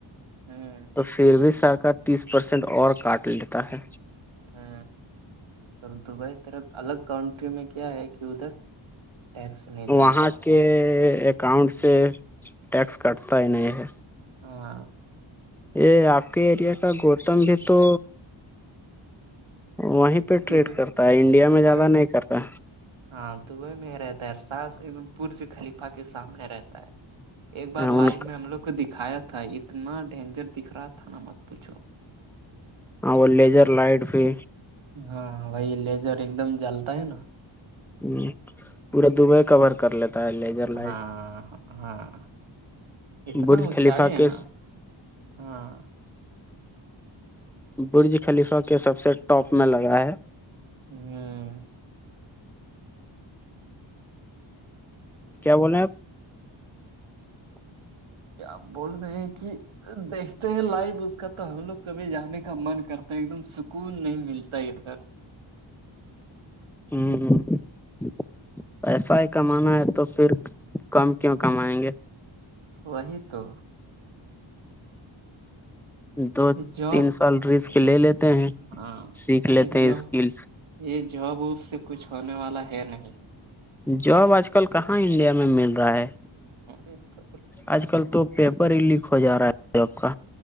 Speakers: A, on the right (about 75°); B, in the centre.
A: ہاں
B: تو پھر بھی سرکار تیس پرسینٹ اور کاٹ لیتا ہے
A: ہاں اور دبئی طرف الگ کنٹری میں کیا ہے کہ ادھر ٹیکس نہیں دینا
B: وہاں
A: پڑتا
B: کے
A: ہے
B: اکاؤنٹ سے ٹیکس کٹتا ہی نہیں ہے
A: ہاں
B: یہ آپ کے ایریا کا گوتم بھی تو وہیں پہ ٹریڈ
A: دبئی
B: کرتا ہے انڈیا میں
A: دبئی
B: زیادہ نہیں کرتا
A: ہاں دبئی میں ہی رہتا ہےر سات ایک برج خلیفہ کے سامنے رہتا ہے ایک
B: ہے۔
A: بار
B: ان
A: لائو میں ہم لوگ کو دکھایا تھا اتنا ڈینجر دکھ رہا تھا نا مت پوچھو
B: ہ وہ لیزر لائٹ بھی
A: ہاں وہی لیزر ایک دم جلتا ہے نا
B: ہ پورا دب کور کر لیتا ہے لیزر
A: ہاں
B: لائٹ
A: ہاں اتنا
B: برج
A: اونچائی
B: خلیفہ
A: ہے
B: کے
A: نا ہاں
B: برج خلیفہ کے سب سے ٹاپ میں لگا ہے
A: ہاں
B: کیا بولےیں آپ
A: کیا بول رہے ہیں کہ دیک لائو اس کا تو ہم لوگ کبھی جانے کا من کرتا ایک دم سکون نہیں ملتا ادھر
B: ہوں ہ پیسا ہی کمانا ہے تو پھر کم کیوں کمائیں گے
A: تو وہی تو
B: دو
A: یہ جاب
B: تین سال رسک لے لیتے ہیں
A: ہاں
B: سیکھ لیتے
A: یہ
B: ہیں
A: جاب
B: اسکلس
A: یہ جاب ووب سے کچھ ہونے والا ہے نہیں
B: جاب آج کل کہاں انڈیا میں مل رہا ہے
A: اور تو
B: آج کل تو پیپر ہی لیک ہو جا رہا ہے جاب کا